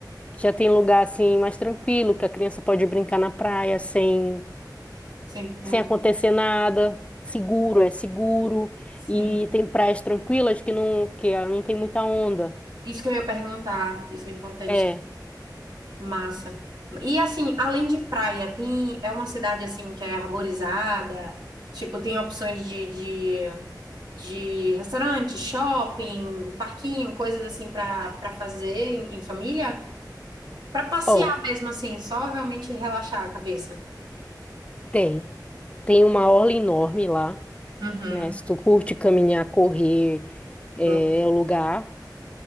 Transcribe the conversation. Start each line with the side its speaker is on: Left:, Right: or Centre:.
Left: já tem lugar assim mais tranquilo, que a criança pode brincar na praia sem,
Right: Sim, muito.
Left: sem acontecer nada, seguro, é seguro,
Right: Sim,
Left: e tem praias tranquilas que não que ah, não tem muita onda.
Right: isso que eu ia perguntar, isso é importante.
Left: É,
Right: Massa. E assim, além de praia, tem é uma cidade assim que é arborizada, tipo, tem opções de, de, de restaurante, shopping, parquinho, coisas assim para para fazer em, em família, para passear
Left: ó,
Right: mesmo assim, só realmente relaxar a cabeça.
Left: tem. Tem uma orla enorme lá,
Right: Uhum.
Left: né? Se tu curte caminhar, correr, é,
Right: Bom.
Left: é o lugar.